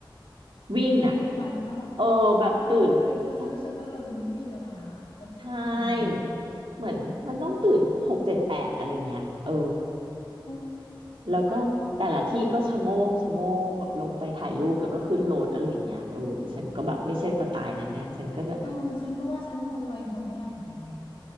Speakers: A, on the right; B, on the left.
A: วิ่งอ่ะ
B: ไปเร่งรัดเนาะ
A: เออแบบตื่นหก
B: เออไปทัวร์ฉันรู้สึกว่าเราดูไม่มีเวลาจะทำอะไรอ่ะ
A: ใช่เหมือนมันต้องตื่นหกเจ็ดแปดอะไรเงี้ยเออ
B: โอ้
A: แล้วก็แต่ละที่ก็ชะโงกชะโงกแบบลงไปถ่ายรูปแล้วก็ขึ้นรถอะไรอย่างเงี้ยเออฉันก็แบบไม่ใช่สไตล์นั้นไงฉันก็จะ
B: เออฉันก็ว่าฉันคงจะไปทัวร์ไม่ได้เหมือนกันแก